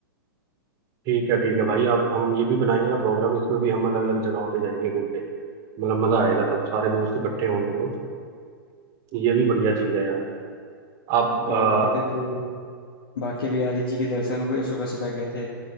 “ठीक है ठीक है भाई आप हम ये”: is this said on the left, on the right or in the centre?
Right